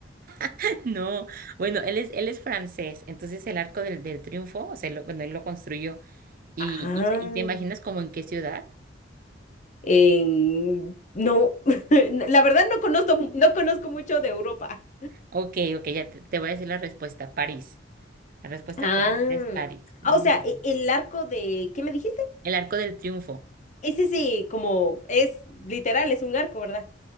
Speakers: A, on the right; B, on the left.
A: <laughs> No, bueno, él es, él es francés, entonces el arco del, del triunfo, o sea, lo- bueno, él lo construyó. Y,
B: Ah,
A: y, se- y te imaginas como en qué ciudad?
B: en... No, <laughs> la verdad no conozco, no conozco mucho de Europa.
A: Ok, ok, ya te, te voy a decir la respuesta, París. La respuesta
B: Ah,
A: correcta es París. Muy
B: Ah, o sea,
A: bien.
B: e- el arco de, ¿qué me dijiste?
A: El arco del triunfo.
B: Es ese como, es literal, es un arco, ¿verdad?